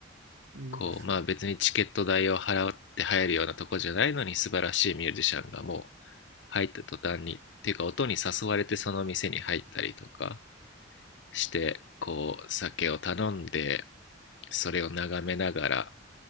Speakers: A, on the right; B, on the left.
A: いいですね。
B: こう、まあ別にチケット代を払って入るようなとこじゃないのに素晴らしいミュージシャンがもう入った途端に、っていうか音に誘われてその店に入ったりとかして、こう酒を頼んで、それを眺めながら